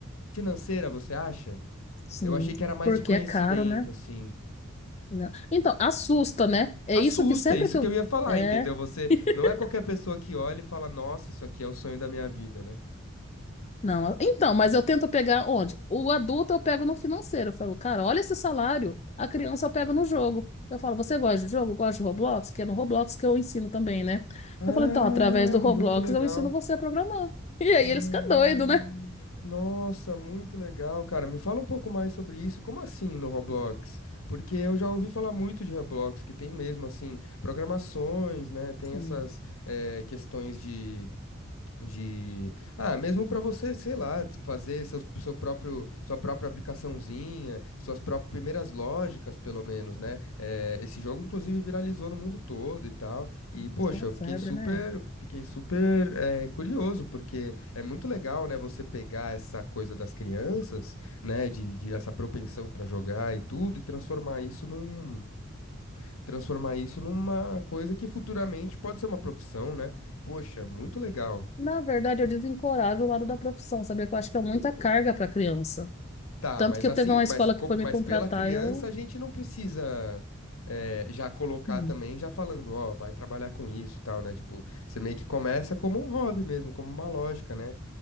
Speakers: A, on the left; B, on the left.
A: financeira, você acha?
B: sim,
A: Eu achei que era mais
B: porque
A: de conhecimento,
B: é caro, né?
A: assim.
B: Não. Então, assusta, né? É
A: Assusta,
B: isso que sempre
A: é isso
B: que
A: que
B: eu.
A: eu ia falar,
B: É,
A: entendeu? Você
B: <laughs>
A: não é qualquer pessoa que olha e fala, nossa, isso aqui é o sonho da minha vida, né?
B: não. Então, mas eu tento pegar onde? O adulto eu pego no financeiro. Eu falo, cara, olha esse salário. A criança eu pego no jogo. Eu falo, você gosta de jogo? Gosta de Roblox? Que é no Roblox que eu ensino também, né?
A: Ah,
B: Eu falo, então, através do Roblox
A: muito legal.
B: eu ensino você a programar. <laughs> E aí
A: Ah,
B: eles ficam doidos, né?
A: nossa, muito legal, cara. Me fala um pouco mais sobre isso. Como assim no Roblox? Porque eu já ouvi falar muito de Roblox, que tem mesmo assim programações, né? Tem
B: Sim,
A: essas eh, questões de De, ah, mesmo para você, sei lá, de fazer seu, seu próprio, sua própria aplicaçãozinha, suas próprias primeiras lógicas, pelo menos, né? Eh, esse jogo, inclusive, viralizou no mundo todo e tal. E, poxa,
B: isso é uma
A: eu
B: febre,
A: fiquei super,
B: né?
A: fiquei super, eh, curioso, porque é muito legal, né, você pegar essa coisa das crianças, né, de, de essa propensão para jogar e tudo, e transformar isso num, transformar isso numa coisa que futuramente pode ser uma profissão, né? Poxa, muito legal.
B: Na verdade, eu desencorajo o lado da profissão, sabia? Que eu acho que é muita carga para criança.
A: Tá,
B: Tanto
A: mas
B: que eu
A: assim,
B: teve uma escola
A: mas, co-
B: que foi me
A: mas
B: contratar,
A: pela criança
B: eu.
A: a gente não precisa eh, já colocar
B: hum.
A: também, já falando, ó, vai trabalhar com isso e tal, né? Tipo, você meio que começa como um hobby mesmo, como uma lógica, né?